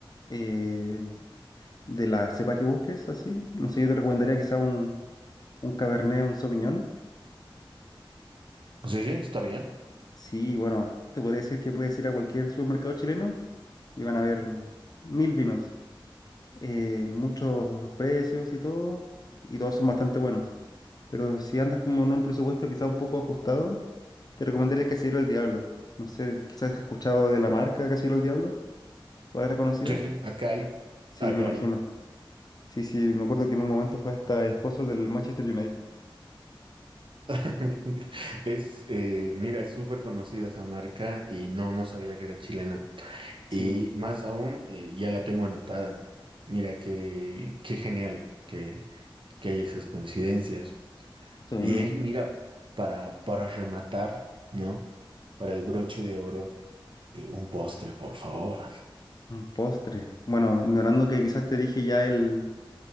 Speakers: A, on the left; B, on the right.
A: eh, de la cepa que busques, así. No sé, yo te recomendaría quizás un, un Cabernet, un Sauvignon.
B: Sí, sí, está bien.
A: Sí, bueno, te podría decir que puedes ir a cualquier supermercado chileno y van a ver mil vinos. eh, muchos precios y todo, y todos son bastante buenos. Pero si andas como en un presupuesto quizá un poco ajustado, te recomendaría el Casillero del Diablo. No sé, quizás has escuchado de la marca Casillero del Diablo, ¿cuál es reconocida?
B: Sí, sí, acá hay,
A: Sí,
B: acá
A: me imagino.
B: hay.
A: Sí, sí, me acuerdo que en un momento fue hasta esposo del Manchester United.
B: <laughs> Es, eh, mira, es súper conocida esa marca y no, no sabía que era chilena.
A: Sí,
B: Y más aún, eh, ya la tengo anotada. Mira, qué, qué genial que, que hay esas coincidencias.
A: eso mismo,
B: Y ahí, mira, para, para rematar, ¿no? Para el broche de oro, eh, un postre, por favor.
A: un postre. Bueno, ignorando que quizás te dije ya el,